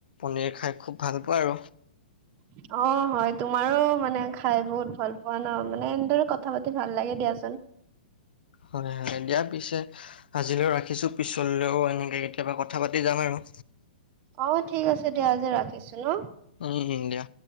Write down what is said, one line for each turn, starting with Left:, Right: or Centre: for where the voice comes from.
Left: পনীৰ খাই খুব ভাল পোৱা আৰু।
Right: <inaudible> অ', হয়। তোমাৰো মানে খাই বহুত ভাল পোৱা ন। মানে এনেদৰে কথা পাতি ভাল লাগে দিয়াচোন।
Left: দিয়াৰ পিছে আজিলৈও ৰাখিছোঁ পিছলেও এনেকে কেতিয়াবা কথা পাতি যাম আৰু
Right: অ', ঠিক আছে দিয়া আজি ৰাখিছোঁ ন।
Left: উম দিয়া।